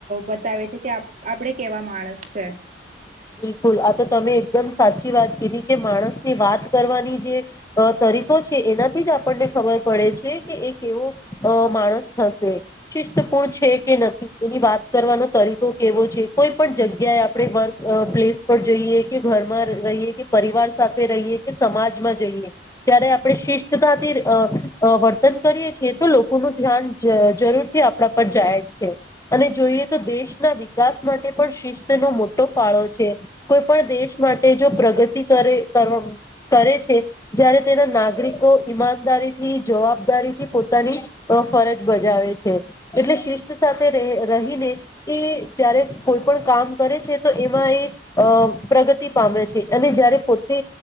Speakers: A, on the right (about 45°); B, on the left (about 20°).
A: બતાવે છે કે આપડે કેવા માણસ છે
B: બિલકુલ આ તો તમે એકદમ સાચી વા કરી કે માણસ ની વાત કરવાની જે તરીકો છે એનાથી જ આપણને ખબર પડે કે એકવો માણસ હશે શિસ્તપૂર્ણ છે કે નથી એની વાત કરવાનો તરીકો કેવો છે કોઈ પણ જગ્યાએ આપણે વર્ગ અ પ્લેસ પર જઈએ કે ઘરમાં રહીએ કે પરિવાર સાથે રહીએ કે સમાજમાં જઈએ જય્યારે આપણે શિસ્્ટતાથી અ વર્તન કરીએ છીએ તો લોકોનું ધ્યાન જરૂર આપણા પર જાહેર છે અને જોઈએ તો દેશના વિકાસ માટે પણ શિસ્તનો મોટો મોટ પાળો છે કોઈ પણ દેશ માટે જો પ્રગતિ કરે કરે છે જય્યારે તેના નાગરિકો ઈમાનદારી ની જવાબદારી થી પોતાની ફરજ બજાવે છે એટલે શિસ્ત સાથે રહીને એ જય્યારે કોઈ પણ કામ કરે છે તો એમાં એ પ્રગતિ પામે છે અને જયારે પોતે